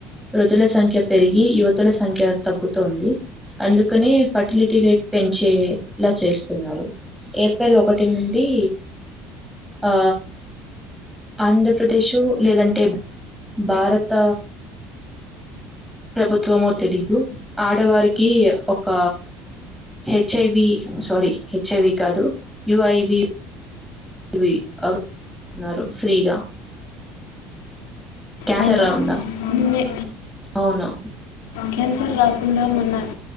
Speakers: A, in the centre; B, on the left.
A: వృధుల సంఖ్య పెరిగి యువతుల సంఖ్య తగ్గుతోంది అందుకనే ఫర్టిలిటీ రేట్ పెంచేలా చేస్తున్నారు ఏప్రిల్ ఒకటి నుండి ఆ ఆంధ్రప్రదేశో లేదంటే భారత ప్రభుత్వము తెలీదు ఆడవారికి ఒక హెచ్ఐవి సారీ హెచ్ఐవి కాదు యుఐవి ఇవి అన్నారు ఫ్రీగా క్యాన్సర్
B: అవునా
A: రాకుండా
B: నిన్నే
A: అవునా
B: క్యాన్సర్ ందాన్నారు